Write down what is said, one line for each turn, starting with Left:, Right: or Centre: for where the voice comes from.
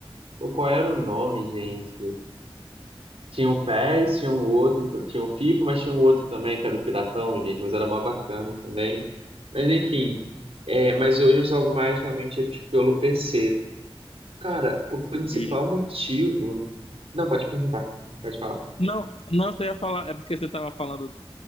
Right: pô, qual era o nome, gente? Tinha o PES, tinha um outro, t- tinha o FIFA, mas tinha um outro também, que era o Piratão, gente, mas era mó bacana também. Mas enfim, é, mas hoje eu jogo mais realmente tipo, pelo PC. Cara, o principal
Left: de-
Right: motivo. Não, pode perguntar, pode falar.
Left: Não, não, você ia falar, é porque você tava falando